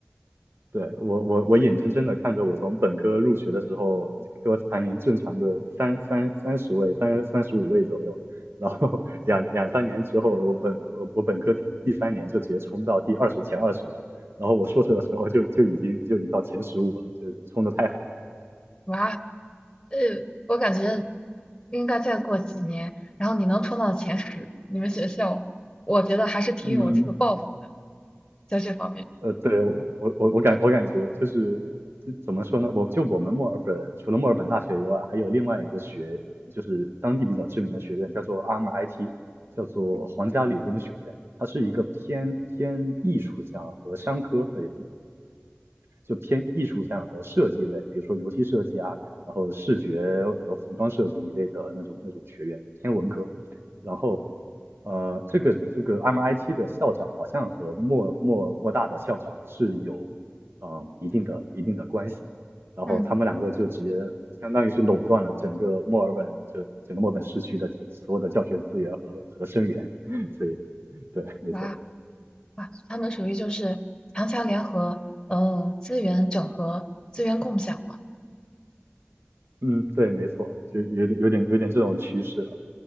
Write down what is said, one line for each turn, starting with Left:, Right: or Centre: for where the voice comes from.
Right: 对，我我我眼睁睁的看着我从本科入学的时候，给我排名正常的三三三十位，三三十五位左右，然后 <laughs> 两两三年之后，我本我我本科第三年就直接冲到第二十前二十了，然后我硕士的时候就就已经就已经到前十五了，就是冲的太狠了。
Left: 哇，呃，我感觉应该再过几年，然后你能冲到前十，你们学校，我觉得还是挺有这个抱负
Right: 嗯，
Left: 在这方面。
Right: 呃，对，我我我我感我感觉就是就怎么说呢？我就我们墨尔本除了墨尔本大学以外，还有另外一个学，就是当地比较知名的学院，叫做 ARMIT，叫做皇家理工学院。
Left: 嗯
Right: 它是一个偏偏艺术向和商科，呃，就偏艺术向和设计类，比如说游戏设计啊，然后视觉和服装设计一类的那种那种学院，偏文科。
Left: 嗯
Right: 然后呃，这个这个 MIT 的校长好像和莫莫莫大的校长是有嗯一定的一定的关系，然后他们两个就直接相当于是垄断了整个墨尔本，
Left: 嗯，
Right: 就整个墨尔本市区的这所有的教学资源和和生源，<laughs> 所以对，没错，
Left: 哇哇，他们属于就是强强联合，呃，资源整合、资源共享吧。
Right: 嗯，对，没错，就有点有点有点这种趋势了。